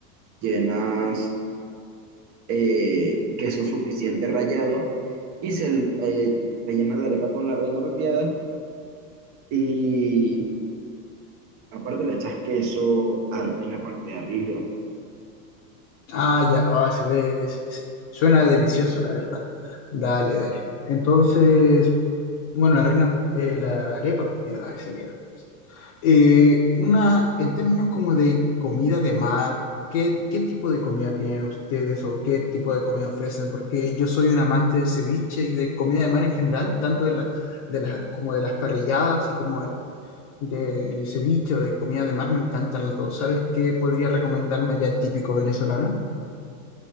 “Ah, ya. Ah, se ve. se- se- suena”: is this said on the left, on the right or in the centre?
Left